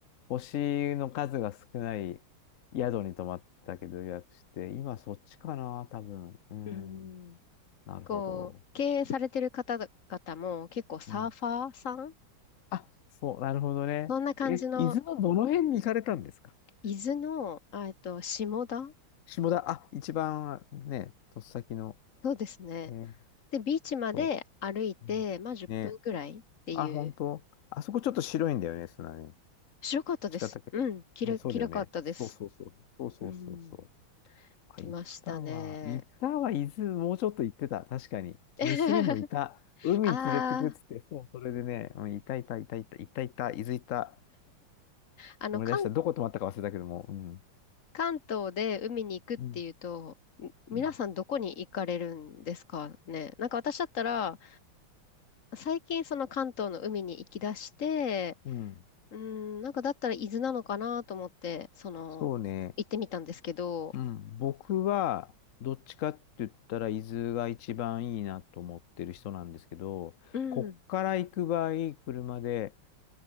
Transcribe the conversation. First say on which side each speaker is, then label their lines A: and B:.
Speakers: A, on the left (about 75°); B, on the left (about 45°).
A: 星の数が少ない宿に泊まったけど予約して、今そっちかな、多分。う
B: うん。
A: ん。なるほど。
B: こう、経営されてる方々も結構サーファーさん
A: うん。あ、そう、なるほどね。
B: そんな感じの、
A: え、伊豆のどの辺に行かれたんですか
B: 伊豆の、あえっと、下田
A: 下田、あ、一番ね、とっさきの。
B: そうですね。
A: ね、
B: で、ビーチまで歩いて、
A: そう。うんね。
B: まあ10分ぐらいっていう。
A: あ、本当。あそこちょっと白いんだよね、砂ね。
B: 白かったです。
A: 違ったっけ
B: うん、きら、
A: ね、そうだよね。
B: きらかったです。
A: そうそうそう。そうそうそうそう。
B: うん。
A: あ、
B: 来ましたね。
A: いたわ。いたわ。伊豆、もうちょっと行ってた。確かに。
B: <laughs>
A: 娘もいた。海に連れてくっつって、
B: ああ、
A: そう、それでね、うん、いたいたいたいたいたいた、伊豆いた。
B: あの、
A: 思い出した。
B: 関
A: どこ泊まったか忘れたけども。うん。
B: 関東で海に行くっていうと、
A: うん。
B: み皆さんどこに行かれるんですかね。
A: うん。
B: なんか私だったら、最近その関東の海に行き出して、
A: うん
B: うーん、なんかだったら伊豆なのかなと思って、その、
A: そうね。
B: 行ってみたんですけど、
A: うん。僕は、どっちかって言ったら、伊豆が一番いいなと思ってる人なんですけど、
B: うん。
A: こっから行く場合、車で、